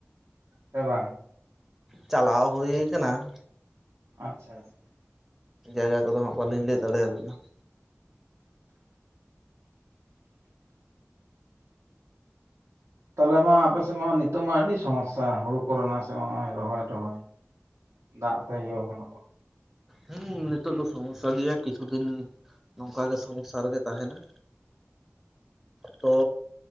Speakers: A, on the right; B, in the centre.
A: ᱥᱮ ᱵᱟᱝ?
B: ᱪᱟᱞᱟᱣ ᱦᱩᱭ ᱠᱟᱱᱟ ᱾
A: ᱟᱪᱪᱷᱟ ᱟᱪᱪᱷᱟ ᱾
B: ᱡᱟᱭᱜᱟ ᱠᱚᱫᱚ ᱦᱟᱸᱜ ᱵᱟᱹᱞᱤᱧ ᱞᱟᱹᱭ ᱫᱟᱲᱮ ᱟᱵᱤᱱᱟ ᱾
A: ᱛᱟᱦᱚᱞᱮ ᱢᱟ ᱟᱯᱮᱥᱮᱫ ᱢᱟ ᱱᱤᱛᱚᱜ ᱢᱟ ᱟᱹᱰᱤ ᱥᱚᱢᱚᱥᱥᱟ ᱦᱩᱲᱩ ᱠᱚᱨᱮᱱᱟᱜ ᱥᱮ ᱱᱚᱜ ᱚᱭ ᱨᱚᱦᱚᱭ ᱴᱚᱦᱚᱭ ᱾ ᱫᱟᱜ ᱛᱮ ᱤᱭᱳ ᱠᱟᱱᱟ ᱠᱚ
B: ᱦᱩᱸ ᱱᱤᱛᱚᱜ ᱫᱚ ᱥᱚᱢᱚᱥᱥᱟ ᱜᱮᱭᱟ ᱠᱤᱪᱷᱩ ᱫᱤᱱ ᱱᱚᱝᱠᱟ ᱜᱮ ᱥᱚᱢᱚᱥᱥᱟ ᱨᱮᱜᱮ ᱛᱟᱦᱮᱱᱟ ᱾ ᱛᱚ